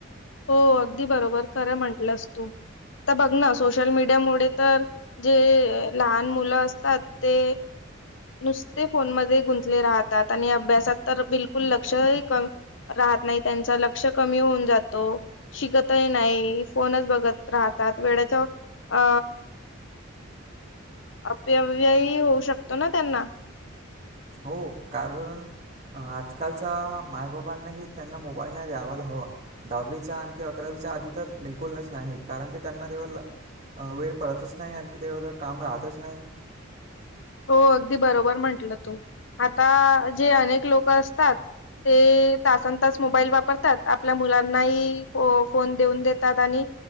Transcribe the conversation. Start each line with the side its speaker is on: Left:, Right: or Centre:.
Left: हो अगदी बरोबर खरं म्हंटलंस तू तर बघ ना सोशल मीडिया मु तर जे लहान मुलं असतात ते नुसते फोन मध्ये गुंतले राहतात आणि अभ्यासात तर बिलकुल लक्षही क राहत नाही त्यांच लक्ष कमी होऊन जात शिकतही नाही फोनच बघत राहतात वेळेच्या अ अपव्यही होऊ शकतो ना त्यांना.
Right: हो कारण आजकालच्या मायबापांनाही त्यांना मोबाईल नाही द्यावाला हवा दहावीचा आणखी अकरावीच्या आधी तर बिलकुलच नाही कारण की त्यांना तेव वेळ पडतच नाही आणखी तेव तर काम राहतच नाही.
Left: हो अगदी बरोबर म्हंटलं तू आता जे अनेक लोक असतात ते तासन तास मोबाईल वापरतात आपल्या मुलांनाही फोन देऊन देतात आणि